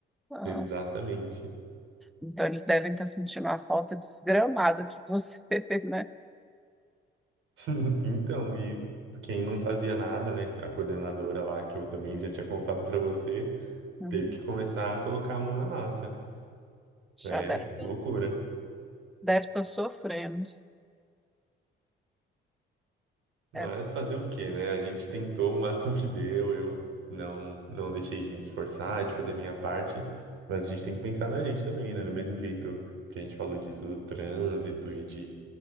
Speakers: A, in the centre; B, on the right (about 85°).
A: Nossa,
B: exatamente.
A: Então eles devem estar sentindo uma falta desgramada de você, <laughs> né?
B: <laughs> Então, e quem não fazia nada, né? A coordenadora lá, que eu também já tinha contado para você,
A: Uhum.
B: teve que começar a colocar a mão na massa.
A: Já
B: É
A: deve,
B: loucura.
A: deve estar sofrendo.
B: Mas
A: É,
B: fazer o quê, né? A gente tentou o máximo que deu, eu não, não deixei de me esforçar, de fazer minha parte, mas a gente tem que pensar na gente também, né? Do mesmo jeito que a gente falou disso do trânsito e de